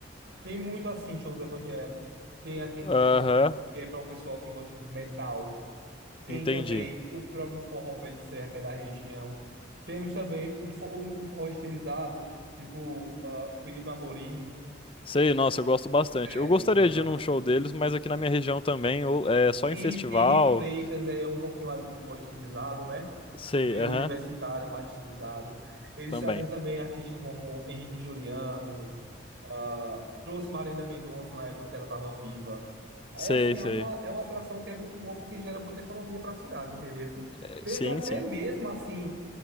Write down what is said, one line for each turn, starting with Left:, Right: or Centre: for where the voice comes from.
Right: tem muito assim, shows evangélicos, tem aquele
Left: Aham,
Right: show que é para o pessoal que gosta de metal, tem
Left: entendi.
Right: também o próprio forró pé de serra, que é da região, temos também o, fo- o, o forró estilizado, tipo ah, Felipe Amorim,
Left: Sei, nossa, eu gosto bastante.
Right: é,
Left: Eu gostaria
Right: exatamente.
Left: de ir num show deles, mas aqui na minha região também, ou é só
Right: Henri,
Left: em festival.
Right: Henri Freitas é um pouquinho ali de forró estilizado, né?
Left: Sei,
Right: Meio
Left: aham,
Right: universitário, barra estilizado. Eles
Left: também.
Right: trazem também artistas como Henrique e Juliano, ah, trouxe Marília Mendonça na época que ela estava viva. Aí,
Left: Sei,
Right: assim,
Left: sei.
Right: é uma, é uma atração que é muito boa porque gera muita economia para a cidade, entendeu?
Left: É,
Right: Teve
Left: Sim,
Right: até
Left: sim.
Right: mesmo, assim,